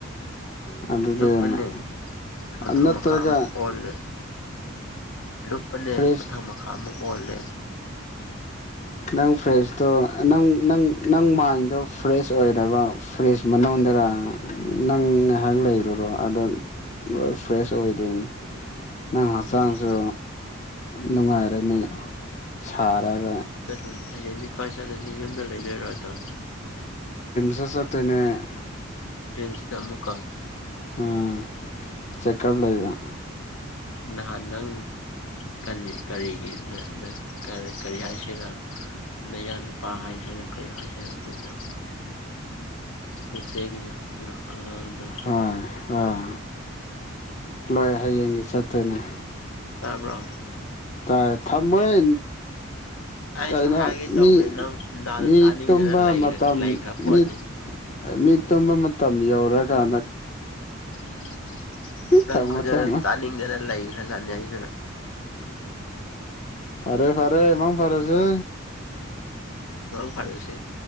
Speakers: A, on the left; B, on the left.
A: ꯑꯗꯨꯗ
B: ꯂꯨꯞꯄꯅꯦ ꯃꯊꯛ
A: ꯅꯠꯇ꯭ꯔꯒ
B: ꯃꯈꯥ ꯑꯃꯨꯛ ꯑꯣꯜꯂꯦ ꯂꯨꯞꯄꯅꯦ
A: ꯐ꯭ꯔꯦꯁ
B: ꯃꯊꯛ ꯃꯈꯥ ꯑꯃꯨꯛꯦ ꯑꯣꯜꯂꯦ꯫
A: ꯅꯪ ꯐ꯭ꯔꯤꯁꯇꯣ ꯅꯪ ꯅꯪ ꯅꯪ ꯃꯥ ꯃꯥꯏꯟꯗꯣ ꯐ꯭ꯔꯦꯁ ꯑꯣꯏꯔꯕ ꯐ꯭ꯔꯤꯖ ꯃꯅꯨꯡꯗꯔ ꯅꯪ ꯉꯩꯏꯍꯥꯛ ꯂꯩꯔꯨꯔꯣ ꯑꯗꯣ ꯂꯣꯏ ꯐ꯭ꯔꯦꯁ ꯑꯣꯏꯗꯣꯏꯅꯤ꯫ ꯅꯪ ꯍꯛꯆꯥꯡꯁꯨ꯫
B: ꯈꯪꯗꯦ
A: ꯅꯨꯡꯉꯥꯏꯔꯅꯤ꯫ ꯁꯥꯔꯒ
B: ꯎꯝ ꯍꯌꯦꯡꯗꯤ ꯀꯥꯏ ꯆꯠꯂꯅꯤ ꯌꯨꯝꯗ ꯂꯩꯗꯣꯏꯔꯣ ꯑꯗꯨꯝ꯫
A: ꯗ ꯆꯠꯇꯣꯏꯅꯦ ꯫
B: ꯔꯤꯝꯁꯇ ꯑꯃꯨꯛꯀ
A: ꯎꯝ ꯆꯦꯛꯀꯞ ꯂꯩꯕ
B: ꯅꯍꯥꯟ ꯅꯪ꯫ ꯀꯟꯅꯤ ꯀꯔꯤꯒꯤ ꯔ ꯔ ꯀ ꯀꯔꯤ ꯍꯥꯏꯁꯤꯔ ꯅꯌꯥ ꯅꯨꯄꯥ ꯍꯥꯏꯁꯤꯔꯥ ꯀꯔꯤ ꯍꯥꯏꯁꯤꯔꯥ ꯑꯗꯨꯗꯣ ꯆꯦꯆꯦꯒꯤ ꯅꯨꯄꯅ ꯑꯉꯥꯡꯗꯣ꯫
A: ꯍꯣꯏ ꯍꯣꯏ ꯂꯣꯏꯔꯦ ꯍꯌꯦꯡꯒꯤ ꯆꯠꯇꯣꯏꯅꯦ꯫
B: ꯇꯕ꯭ꯔꯣ꯫
A: ꯇꯥꯏ ꯊꯝꯃꯣꯏ꯫
B: ꯑꯩꯁꯨ
A: ꯀꯩꯅꯣ
B: ꯍꯥꯏꯒꯦ ꯇꯧꯕꯅꯦ
A: ꯃꯤ
B: ꯅꯪ ꯈꯨꯟꯗꯥꯗꯣ
A: ꯃꯤ
B: ꯇꯥꯅꯤꯡꯗꯅ
A: ꯇꯨꯝꯕ
B: ꯂꯩꯔ
A: ꯃꯇꯝ
B: ꯂꯩꯈ꯭ꯔ ꯄꯣꯠꯅꯤ
A: ꯃꯤ ꯃꯤ ꯇꯨꯝꯕ ꯃꯇꯝ ꯌꯧꯔ ꯑꯀꯅꯛ
B: ꯎꯝ ꯅꯪ
A: ꯊꯝꯃꯣ
B: ꯈꯖ
A: ꯊꯝꯃꯣ
B: ꯇꯥꯅꯤꯡꯗꯅ ꯂꯩꯈ꯭ꯔ ꯆꯥꯅꯤ ꯑꯩ
A: ꯐꯔꯦ ꯐꯔꯦ ꯃꯥꯥꯡ ꯐꯔꯦꯁꯦ
B: ꯐꯔꯗꯦꯁꯦ